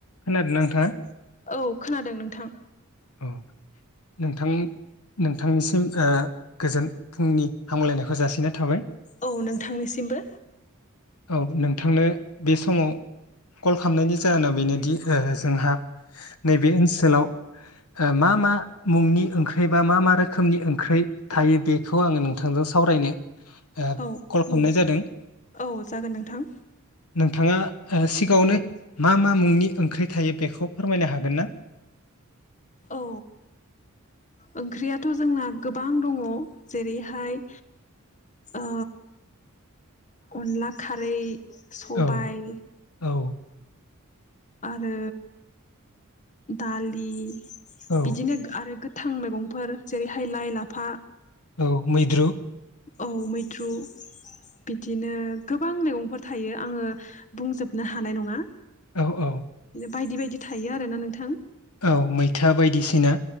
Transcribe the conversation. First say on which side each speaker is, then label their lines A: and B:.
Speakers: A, on the left; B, on the left.
A: खोनादों नोंथाङा
B: <inaudible> औ खोनादों नोंथां।
A: औ नोंथां नोंथांनिसिम ओ गोजोन फुंनि हामलायनायखौ जासिनाय थाबाय।
B: औ नोंथांनिसिमबो।
A: औ नोंथांनो बे समाव कल खालामनायनि जाहोना बेनो दि जोंहा नैबे ओनसोलाव ओ मा मा मुंनि ओंख्रि बा मा मा रोखोमनि ओंख्रि थायो बेखौ आङो नोंथांजों सावरायनो ओ
B: औ
A: कल खालामनाय
B: <inaudible>
A: जादों
B: औ जागोन नोंथां।
A: नोंथाङा ओ सिगाङावनो मा मा मुंनि ओंख्रि थायो बेखौ फोरमायनो हागोन ना? <inaudible>
B: औ ओंख्रियाथ' जोंना गोबां दङ जेरैहाय ओ अनला खारै सबाइ
A: औ औ
B: आरो दालि
A: औ
B: बिदिनो आरो गोथां मैगंफोर जेरैहाय लाइ लाफा
A: औ मैद्रु
B: औ मैथ्रु बिदिनो गोबां मैगंफोर थायो आङो बुंजोबनो हानाय नङा।
A: औ औ।
B: बायदि बायदि थायो आरोना नोंथां।
A: औ मैथा बायदिसिना